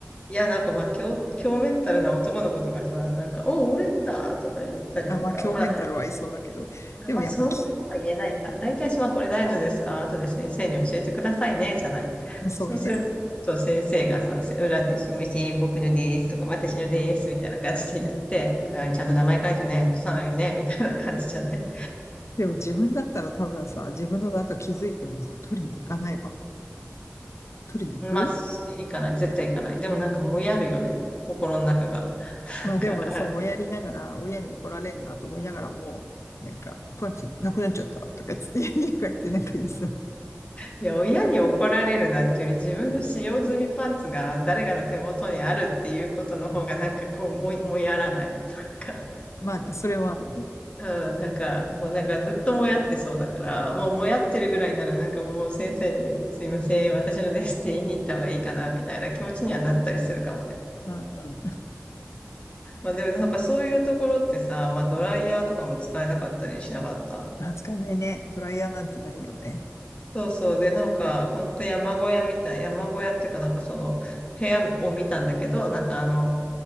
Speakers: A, on the left (about 25°); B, on the left (about 80°).
A: いや、なんかまあ、強、強メンタルな男の子とかさ、なんか、お、俺だとか言ったりとか、
B: あ、まあ、強メンタルはいそうだけど、
A: まあ、
B: でもやっぱき、
A: まあ、そんなには言えないか。大体、まあ、これ誰のですか後で先生に教えてくださいね、じゃない。
B: そうね。
A: そうすると、先生がさ、裏で、すみません、僕のですとか、私のです、みたいな感じで言って、はい、ちゃんと名前書いてね、落とさないようにね、みたいな感じじゃない。
B: でも自分だったら多分さ、自分のだと気づいてもさ、取りに行かないわ。取りに行く
A: まあ、いいかない、絶対いかない。でもなんか、もやるよね。心の中が。
B: まあでも、
A: なんか、あ
B: そう、もやりながら、親に怒られるなと思いながらも、なんか、パンツなくなっちゃったとかつって、家帰ってなんか言いそう。
A: いや、親に怒られるなってより自分の使用済みパンツが誰かの手元にあるっていうことの方がなんかこう、ももやらない。なんか、
B: まあね、それはあるね。
A: うん、なんか、もうなんかずっともやってそうだから、もうもやってるぐらいならなんかもう先生にすいません、私のですって言いに行った方がいいかなみたいな気持ちにはなったりするかもね。
B: うんうん。
A: まあでもなんかそういうところってさ、まあドライヤーとかも使えなかったりしなかった
B: 扱えないね。ドライヤーなんてないよね。
A: そうそう。で、なんか、ほんと山小屋みたい、山小屋っていうかなんかその、部屋を見たんだけど、なんかあの、